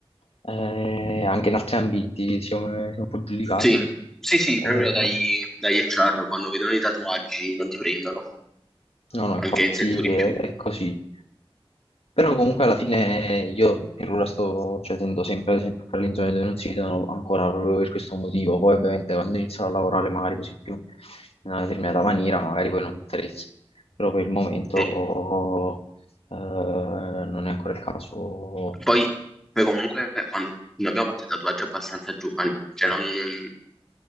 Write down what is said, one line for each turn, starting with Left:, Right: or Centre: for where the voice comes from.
Left: eh, anche in altri ambiti siamo, siamo un po' giudicati.
Centre: Sì, sì, sì,
Left: Eh,
Centre: proprio dagli, dagli HR quando vedono i tatuaggi non ti prendono,
Left: no, no, infatti
Centre: anche in settori
Left: è,
Centre: più...
Left: è così. Però comunque alla fine io per ora sto, cioè, tendo sempre ad esempio a fare le zone dove non si vedono ancora proprio per questo motivo. Poi ovviamente quando inizierò a lavorare magari così più in una determinata maniera, magari poi non mi interessa però per il momento
Centre: Sì.
Left: eh, non è ancora il caso.
Centre: Poi, poi comunque quando noi abbiamo fatto i tatuaggi abbastanza giovani, cioè non-